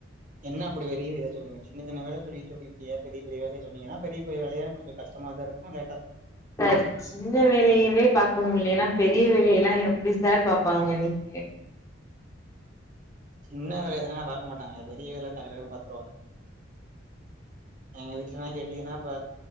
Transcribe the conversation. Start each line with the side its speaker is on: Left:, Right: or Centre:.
Right: என்ன அப்படி வெறிய ஏத்த சொல் சின்ன சின்ன வேலையா சொல்லி இருப்பீங்க பெரிய பெரிய வேலை சொன்னீங்கன்னா பெரிய பெரிய வேலைய கொஞ்சம் கஷ்டமா தான் இருக்கும்
Left: சார் சின்ன வேலையவே பார்க்க முடியலேன்னா பெரிய வேலையெல்லாம் எப்படி சார் பாப்பாங்க நீங்க
Right: சின்ன வேலையான பார்க்க மாட்டாங்க பெரிய வேலைய டக்கு டக்குன்னு பாத்துருவாங்க எங்க வீட்டுலல்லாம் கேட்டீங்கன்னா இப்ப